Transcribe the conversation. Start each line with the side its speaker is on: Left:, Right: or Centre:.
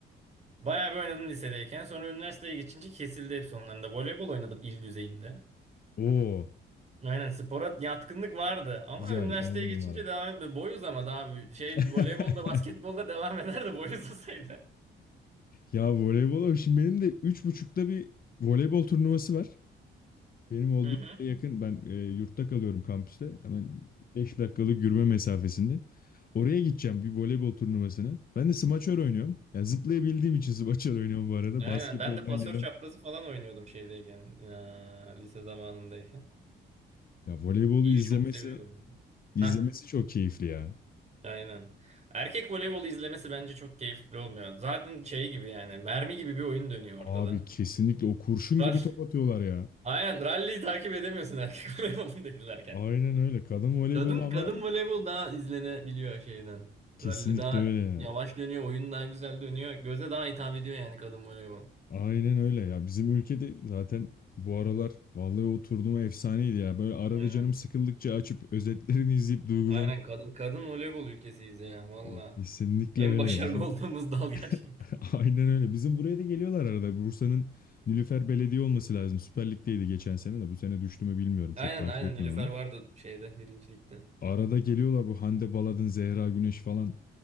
Right: Bayağı bir oynadım lisedeyken. Sonra üniversiteye geçince kesildi hepsi onların da. Voleybol oynadım il düzeyinde.
Left: Oo,
Right: Aynen spora yatkınlık vardı ama
Left: güzel
Right: üniversiteye
Left: 10
Right: geçince
Left: numara.
Right: devam etmedi. Boy uzamadı abi. Şey
Left: <laughs>
Right: voleybolda basketbolda devam <laughs> ederdi boy uzasaydı.
Left: Ya voleybola şimdi benim de üç buçukta bir voleybol turnuvası var. Benim olduğum
Right: Hı hı.
Left: yere yakın. Ben e, yurtta kalıyorum kampüste. Hemen 5 dakikalık yürüme mesafesinde. Oraya gideceğim bir voleybol turnuvasına. Ben de smaçör oynuyorum. Yani zıplayabildiğim için smaçör oynuyorum bu arada.
Right: Aynen
Left: Basketboldan
Right: ben de pasör
Left: gelen.
Right: çaprazı falan oynuyordum şeydeyken. eee, lise zamanındayken.
Left: Ya voleybolu
Right: İyi
Left: izlemesi
Right: çok seviyordum.
Left: izlemesi
Right: Hah
Left: çok keyifli ya.
Right: aynen. Erkek voleybolu izlemesi bence çok keyifli olmuyor. Zaten şey gibi yani mermi gibi bir oyun dönüyor ortada.
Left: Abi kesinlikle o kurşun
Right: Rally.
Left: gibi top atıyorlar
Right: <laughs>
Left: ya.
Right: Aynen rally'yi takip edemiyorsun erkek <laughs> voleybolunu da izlerken.
Left: Aynen öyle. Kadın voleybolu
Right: Kadın
Left: ama
Right: kadın voleybol daha izlenebiliyor şeyden.
Left: Kesinlikle
Right: Rally daha
Left: öyle ya.
Right: yavaş dönüyor, oyun daha güzel dönüyor. Göze daha hitap ediyor yani kadın voleybol.
Left: Aynen öyle ya. Bizim ülkede zaten bu aralar vallahi oturduğuma efsaneydi ya. Böyle arada
Right: Aynen.
Left: canım sıkıldıkça açıp özetlerini izleyip duygulanıyorum.
Right: Aynen kadın kadın voleybol ülkesiyiz ya valla.
Left: E, Kesinlikle
Right: En
Left: öyle
Right: başarılı
Left: ya bizim.
Right: <laughs> olduğumuz dal gerçekten.
Left: <laughs> Aynen öyle. Bizim buraya da geliyorlar arada. Bursa'nın Nilüfer Belediye olması lazım. Süper Lig'deydi geçen sene de. Bu sene düştü mü bilmiyorum. Çok
Right: Aynen
Left: takip
Right: aynen
Left: etmiyorum
Right: Nilüfer
Left: onu.
Right: vardı şeyde birincilikte.
Left: Arada geliyorlar bu Hande Baladın, Zehra Güneş falan.